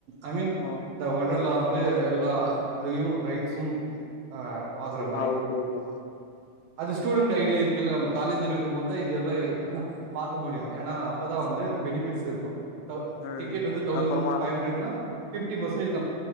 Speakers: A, on the right; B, on the left.
A: ஐ மீன்
B: ஆ
A: இந்த ஒண்டர்லா வந்து வந்து எல்லா இதயு ரைட்ஸும் ஆ பாக்குற மாரி
B: ஆ ஓகே ஓகே
A: அது ஸ்டூடண்டட் ஐடி இருக்கு இல்ல நம்ம காலேஜ் இருக்கு போது தா இதெல்லா பாக்க முடியு ஏனா அப்பதா
B: ம்
A: வந்து பெனிபிட்ஸ் இருக்கு ஒ
B: ம்
A: டிக்கெட் வந்து தௌசண்ட்
B: அப்புறமா
A: பைவ் ஹண்ட்ரட்னா fifty percentage